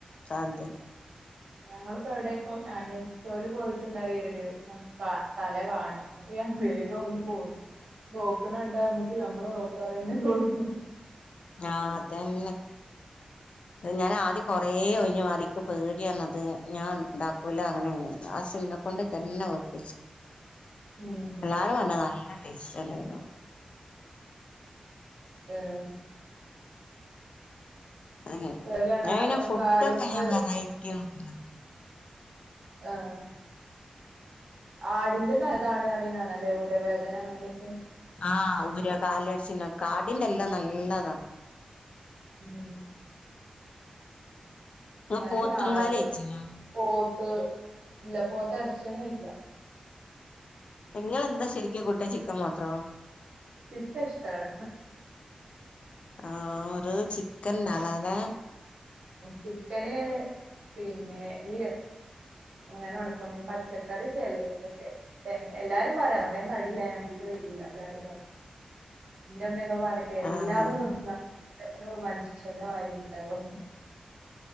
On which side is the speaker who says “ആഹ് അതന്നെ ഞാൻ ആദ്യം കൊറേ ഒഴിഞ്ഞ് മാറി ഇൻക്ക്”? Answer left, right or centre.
Left